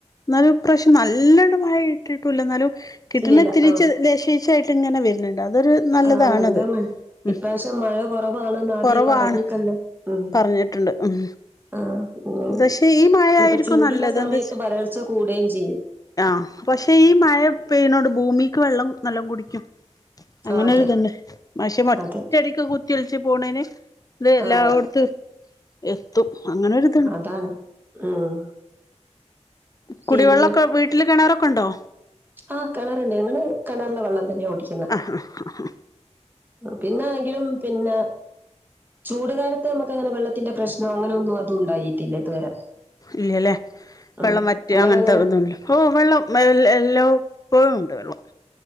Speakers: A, on the left; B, on the right.
A: എന്നാലും ഇപ്രാവശ്യം നല്ലണം മഴ കിട്ടിട്ടില്ല എന്നാലും കിട്ടുന്ന
B: ഇല്ലില്ല
A: ഇതിരിച്ച്
B: ആഹ്
A: <unintelligible> എങ്ങനെ വരണ്ട് അതൊരു നല്ലതാണത്
B: ആഹ് നല്ല മഴ
A: ഉം
B: ഇപ്രാവശ്യം മഴ കുറവാണെന്ന് ആദ്യേ
A: കൊറവാണ്
B: പറഞ്ഞിക്കല്ലോ ഉം
A: പറഞ്ഞിട്ടുണ്ട് ഉം
B: ആഹ് ഉം
A: പക്ഷെ ഈ മഴ
B: ഇപ്പൊ
A: ആയിരിക്കും
B: ചൂടുള്ള
A: നല്ലത്
B: സമയത്ത്
A: എന്താച്ച
B: വരൾച്ച കൂടുകയും ചെയ്യും
A: ആഹ പക്ഷെ ഈ മഴ പെയ്യുന്നോട് ഭൂമിക്ക് വെള്ളം നല്ലാം കുടിക്കും അങ്ങനൊരുതുണ്ട്
B: ആഹ് അതെ
A: പക്ഷേ ഒറ്റടിക്ക്
B: അതെ
A: കുത്തി ഒലിച്ച് പോണേന് ഇത് എല്ലായിടത്തും
B: ആഹ്
A: എത്തും അങ്ങനെരു
B: അതാണ് ഉം
A: കുടിവെള്ളമൊക്കെ
B: പിന്നെ
A: വീട്ടില് കിണറൊക്കെ ഉണ്ടോ
B: ആഹ് കിണറുണ്ടേ ഞങ്ങള് കണറിലെ വെള്ളം തന്നെയ കുടിക്കുന്നത്
A: ആ ആ ആ
B: പിന്നാണെങ്കിലും പിന്നെ ചൂട് കാലത്ത് നമുക്ക് അങ്ങനെ വെള്ളത്തിന്റെ പ്രശ്നോ അങ്ങനെൊന്നും അതും ഉണ്ടായിട്ടില്ല ഇതുവരെ
A: ഇല്ലല്ലേ
B: ആഹ്
A: വെള്ളം മറ്റ്
B: നിങ്ങളെങ്ങനെ
A: അങ്ങനത്തെ ഇതുംല്ലോ ഓ വെള്ളം എല്ലാം ഇപ്പോഴും ഉണ്ട വള്ളോ